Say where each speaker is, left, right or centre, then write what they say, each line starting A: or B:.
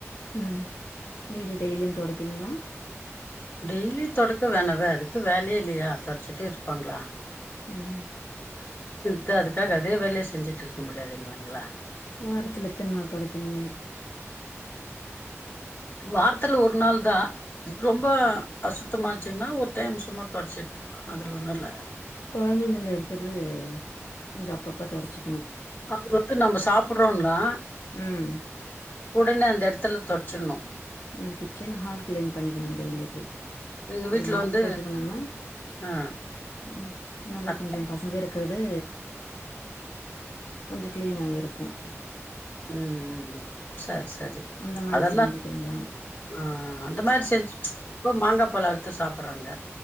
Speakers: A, on the left; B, on the left.
A: ம் வீடு டெய்லியும் தொடப்பீங்களா
B: டெய்லி தொடைக்க வேணவ அதுக்கு வேலே இல்லையா தொடச்சிட்டே இருப்பாங்களா
A: ம் ம்
B: து அதுக்காக அதே வேளையே செஞ்சிட்டு இருக்க முடியாது இல்லிங்களா
A: வாரத்துல எத்தன நாள் தொடைப்பீங்க
B: வாரத்துல ஒரு நாள் தான் ரொம்ப அசுத்தமாச்சின்னா ஒரு டைம் சும்மா தொடச்சி எடுத்துக்குவேன் அதுல நல்லா
A: கொழந்தைங்கல இருக்கிறது கொஞ்சம் அப்பப்ப தொடச்சி
B: அவுரு வந்து நம்ப சாப்பறோலா
A: ம்
B: உடனே அந்த எடத்துல தொச்சிடணு
A: இந்த கிச்சன் ஹால் கிளீன் பண்ணிக்கணு டெய்லி அப்டி
B: எங்க
A: ஒரு
B: வீட்ல
A: மாப்
B: வந்து
A: போட்டுக்கணுனா
B: ஆ
A: ம் நல்லா
B: அத-
A: கொஞ்சோ பசங்க இருக்கிற து கொஞ்ச கிளீனாயிரு இருக்கும்
B: ம் சரி ச சரி
A: அந்த மாரி
B: அதெல்லா
A: செஞ்சுக்கிறீங்களா
B: ஆ அந்த மாரி செஞ்சி இப்போ மாங்கா பழ அரு த்து சாப்பறாங்க